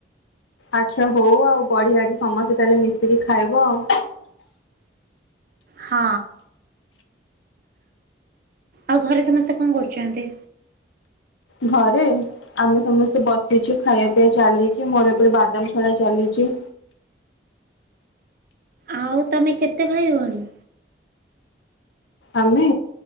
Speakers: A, on the left; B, on the right.
A: ଆଛା ହଉ ଆଉ ବଢିଆ ଅଜି ସମସ୍ତେ ତାହେଲେ ମିଶିକି ଖାଇବ ଆଉ।
B: ହଁ ଆଉ ଘରେ ସମସ୍ତେ କଣ କରୁଛନ୍ତି?
A: ଘରେ। ଆମେ ସମସ୍ତେ ବସିଛୁ ଖାଇବା ପିଇବା ଚାଲିଚି, ମୋର ଏପଟେ ବାଦାମ ଛାଡା ଚାଲିଛି।
B: ଆଉ ତମେ କେତେ ଭାଇ ଭଉଣୀ?
A: ଆମେ